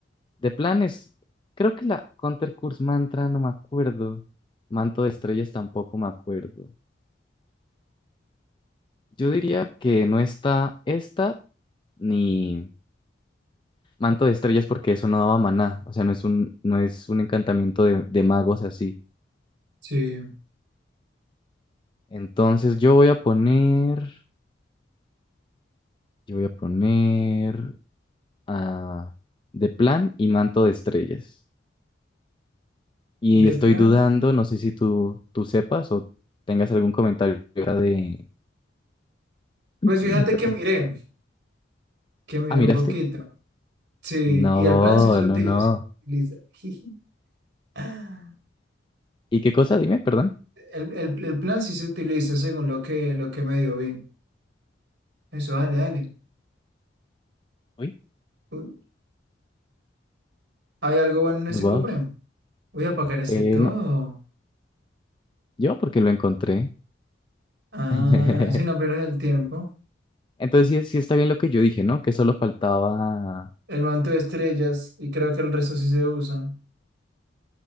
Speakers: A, on the left; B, on the right.
A: De planes, creo que la Counter Curse Mantra no me acuerdo. Manto de Estrellas tampoco me acuerdo. Yo diría que no está esta ni Manto de Estrellas porque eso no daba maná. O sea, no es un, no es un encantamiento de, de magos así.
B: Sí,
A: Entonces yo voy a poner, yo voy a poner a de plan y Manto de Estrellas. Y
B: de
A: estoy
B: plan.
A: dudando, no sé si tú, tú sepas o tengas algún comentario de... <clears throat>
B: Pues fíjate
A: Perdón.
B: que miré, que miré
A: Ah, ¿miraste?
B: un poquito. Sí,
A: No,
B: y el plan sí se uti-
A: no, no.
B: se utiliza. <laughs> jiji. El,
A: ¿Y qué cosa? Dime, perdón.
B: el, el plan sí se utiliza según lo que, lo que medio vi. Eso, dale, dale.
A: Uy,
B: Uy, ¿Hay algo bueno en
A: muy
B: ese
A: guaos.
B: cofre? Voy a apagar ese
A: Eh,
B: todo.
A: no, yo porque lo encontré.
B: Ah,
A: <laughs>
B: si no pierdes el tiempo.
A: Entonces sí, sí está bien lo que yo dije, ¿no? Que solo faltaba...
B: El manto de estrellas, y creo que el resto sí se usa.